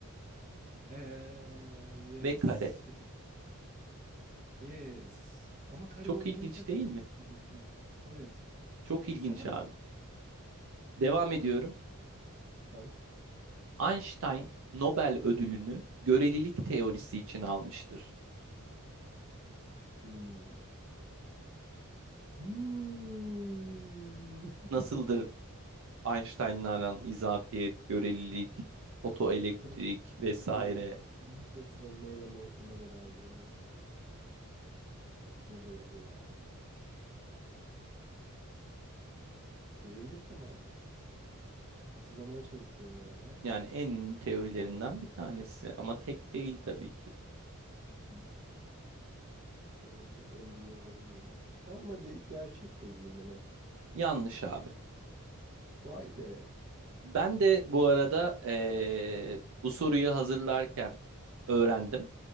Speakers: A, on the right; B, on the right.
A: Eee, yes.
B: Ve kare.
A: Yes. Ama kare
B: Çok
A: olduğunu
B: ilginç
A: hiç hatırlamıyorum
B: değil mi?
A: ya. Evet.
B: Çok ilginç
A: Güzelmiş.
B: abi. Devam ediyorum.
A: Lütfen.
B: Einstein Nobel ödülünü görelilik teorisi için almıştır.
A: Hmm. Hmm. <laughs>
B: Nasıldır Einstein'la aran izafiyet, görelilik, fotoelektrik
A: Hatırlamak
B: vesaire?
A: istiyorum. Hatırlamak istiyorum neyle No- Nobel aldığını. Nobel ödülü almıştır. Görelilik de mi almıştır? Hatırlamaya çalışıyorum hala.
B: Yani en ünlü teorilerinden bir tanesi ama tek değil tabii ki.
A: Hı hı. Görelilik en büyüğü olabilir mi? Tamam hadi gerçektir diyeyim buna.
B: Yanlış abi.
A: Vay be.
B: Ben de bu arada eee, bu soruyu hazırlarken öğrendim.